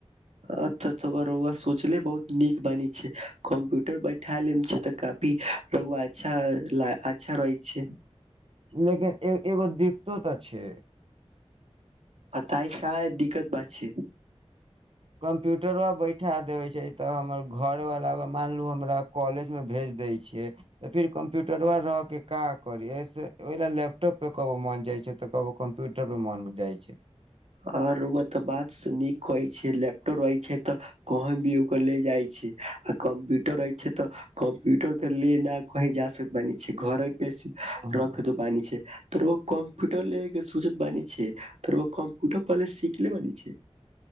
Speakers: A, on the right; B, on the right.
A: अच्छा रौआ सोचले बहुत निक बान छैय कंप्यूटर बैठाय ले मे छैय ते काफी रौआ अच्छा ल अच्छा रहै छैय।
B: लेकिन ए एगो दिक्तत छैय
A: आ ताइ का दिक्कत बा छैय
B: कम्प्यूटरमे बैठा देबै छैय तऽ हमर घरवला अगर मान लू हमरा कॉलेजमे भेज दै छियै तऽ फेर कम्प्यूटरवा रह के का करियैसँ ओहि लेल लैपटॉप पर मन जाइ छैय तऽ कहबौ कम्प्यूटरपर मन जाइ छैय।
A: आ रउआ तऽ बात से नीक कहै छैय लैपटॉप रहै छैय तऽ कहीं भी ओकर ले जाइ छैय आ कंप्यूटर रहै छैय तऽ कम ट्यूटर के <unintelligible> कंही जा सक बानी छैय घर पे से
B: छै
A: रख दे बानी छैय तऽ कब टल लेबै के सौचत बानी छैय। त रउआ कम उट पले सीखले बानी छैय।